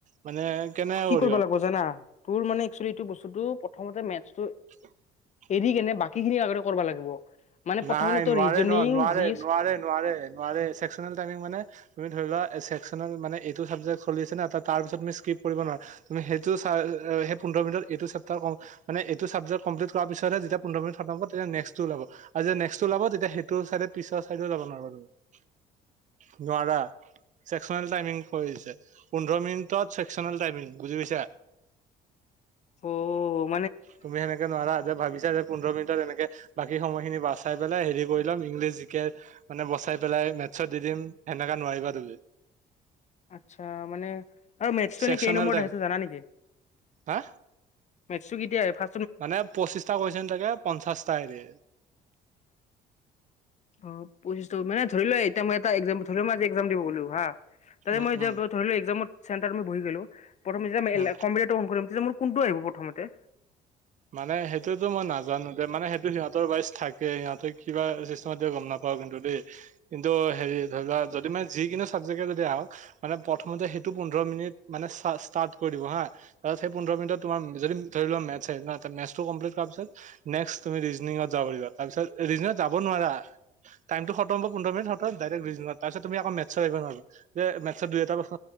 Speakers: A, on the right; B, on the left.
A: মানে কেনে হ।
B: বুজিব লাগিব যানা তোৰ মানে একচলি টো বস্তোটো প্ৰথমতে মেছতো।
A: <unintelligible>
B: এৰি কিনে বাকী খিনি আগতে কৰিব লাগিব। মানে প্ৰথমতে
A: নাই
B: তোৰ
A: নোৱাৰে
B: ৰিজনিং
A: নোৱাৰ নোৱাৰে
B: যি
A: নোৱাৰে নোৱাৰে নোৱাৰে চছেকচনেল টাইমিং মানে তুমি ধৰি লোৱা। চেকচনেল‌ মানে এইটো চাবজেক চলি আছে না ত‌ তাৰ পিছত মিচকিপ কৰিব নোৱাৰে তুমি সেইটো চাই। পোন্ধৰ মিনট এইটো চেপতাৰ মানে এইটো চাবজেক কম্পলিট কৰা পিছতহে যেতিয়া পোন্ধৰ মিনট শতম হ'ব তেতিয়া নেক্সটো ওলাব। আৰু যেতিয়া নেক্সট টো ওলাব তেতিয়া সেইটো চাইডে পিছৰ চাইডেও যাব নোৱাৰাৰু নোৱাৰা। ছেকচনেল টাইমিং কৰি দিছে। পোন্ধৰ মিনিটত চছেকচনেল টাইমিং বুজি পাইছা।
B: উম।
A: তুমি সেনেকে নোৱাৰা যে ভাবিছা যে পোন্ধৰ মিনিটত এনেকে বাকী সময়খিনি বচাই পেলাই হেৰি কৰি ল'ম ইংলিছ জিকে মানে বচাই পেলাই মেথছত দি দিম সেনেকা নোৱাৰিবা দিলে।
B: আচ্ছা মানে আৰু মেথছটো
A: চেকচনেল
B: এনেই কেই নম্বৰত
A: টাইপ
B: আহিছে জানা নেকি?
A: হা
B: মেটছু কেতিয়া এই ফা
A: মানে পঁচিশটা কোৱেশ্বন থাকে পঞ্চাশটা হেৰি
B: অ পঢ়িছো মানে ধৰি লোৱা এতিয়া মই এটা একজাম ধৰি লোৱা মই আজি একজাম দিব গলো হা তাতে
A: উম
B: মই এতিয়া
A: উম
B: পৰা ধৰি লোৱা একজামত চেণ্টাৰত মই বহি গলো, প্ৰথম যেতিয়া
A: উম
B: এলেপ কম্পিউটাৰটো কৰিম তেতিয়া মোৰ কোনটো আহিব প্ৰথমতে?
A: মানে সেইটোতো মই নাজানো যে মানে সেই কি সিহতৰ বাইজ থাকে, সিহঁতে কিবা চিষ্টম গম নাপাও কিন্তু দেই কিন্তু হেৰি ধৰি লোৱা যদি মানে যিকোনো চাবজেকে যদি আহক মানে প্ৰথমতে সেইটো পোন্ধৰ মিনিট মানে চাচ তাত কৰিব হা, তাৰপিছত সেই পোন্ধৰ মিনিটত তোমাৰ যদি ধৰি লোৱা মেতচ আহিল ‌ন তা মেতছটো কম্প্লিত কৰাৰ পিছত নেক্স তুমি ৰিজনিঙত যাব পাৰিবা তাৰপিছত ৰিজনত যাব নোৱাৰা। টাইমটো খতম হব পোন্ধৰ মিনিট হ'ব ডাইৰেক ৰিজনিংত, তাৰপিছত তুমি আকৌ মেতচত আহিব নোৱাৰ যে মেতচৰ দুই এটা এটা প্ৰশ্ন